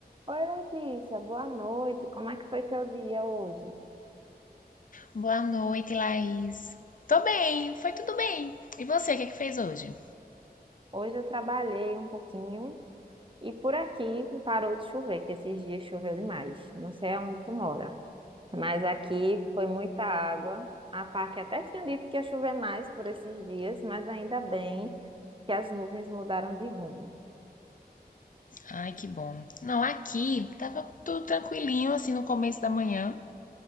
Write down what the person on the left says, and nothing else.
Boa noite, Laís. Tô bem, foi tudo bem. E você, o que é que fez hoje?
Ai, que bom. Não, aqui tava tudo tranquilinho, assim, no começo da manhã.